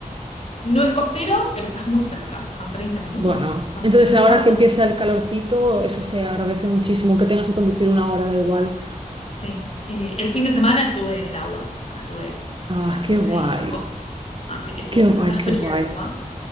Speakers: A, on the left; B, on the right.
A: No es costero, pero estás muy cerca, a 30 minutos,
B: Bueno,
A: más
B: entonces
A: o menos
B: ahora
A: en auto.
B: que empieza el calorcito, eso se agradece muchísimo. Que tengas que conducir una hora, da igual.
A: Sí. Eh, el fin de semana estuve en el agua, o sea, estuve, estuve
B: Ah, qué guay.
A: ahí en la costa. Así que estuvo,
B: Qué
A: o
B: guay,
A: sea, está fría
B: qué guay.
A: el agua,